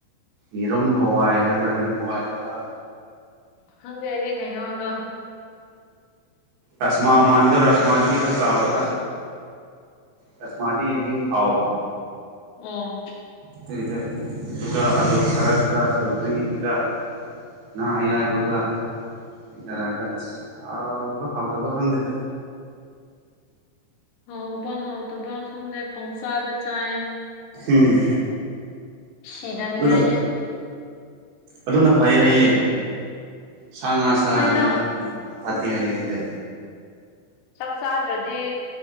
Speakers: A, on the right; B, on the left.
A: ꯌꯦꯔꯨꯝ ꯍꯋꯥꯏ ꯍꯥꯏꯕ꯭ꯔꯥ ꯌꯦꯔꯨꯝ ꯍꯋꯥꯏꯗꯨꯒ
B: ꯈꯪꯗꯦ ꯑꯩꯗꯤ ꯀꯩꯅꯣꯗꯣ
A: ꯔꯥꯁꯃꯥ ꯃꯥꯟꯕꯗꯣ ꯔꯥꯁꯃꯥꯗꯒꯤ ꯈꯔ ꯆꯥꯎꯔꯒ ꯔꯥꯁꯃꯥꯗ ꯩꯗꯤ ꯍꯥꯎꯕ
B: ꯑꯣ
A: ꯑꯗꯨꯒꯤꯗꯨ ꯑꯗꯨꯒ ꯑꯂꯨ ꯈꯔꯒꯥ ꯁꯧꯒ꯭ꯔꯤꯒ ꯉꯥ ꯑꯌꯥꯏꯕꯒ ꯀꯔꯤ ꯀꯔꯥꯒ ꯍꯥꯎꯕ꯭ꯔꯥ ꯍꯥꯎꯇꯕ꯭ꯔꯥ ꯈꯪꯗꯦꯗ
B: ꯍꯥꯎꯕ ꯍꯥꯎꯇꯕ ꯈꯪꯗꯦ ꯄꯪꯆꯥꯗ ꯆꯥꯏ
A: ꯎꯝ
B: ꯁꯤꯅꯅꯤꯡꯉꯥꯏ
A: ꯑꯗꯨꯅ ꯑꯗꯨꯅ ꯐꯩ ꯍꯥꯏꯌꯦ ꯁꯥ ꯉꯥ ꯆꯥꯔꯒ
B: ꯍꯣꯏꯗ
A: ꯐꯠꯇꯦ ꯍꯥꯏꯌꯦ ꯗꯥꯏ
B: ꯆꯥꯛ ꯆꯥꯗ꯭ꯔꯗꯤ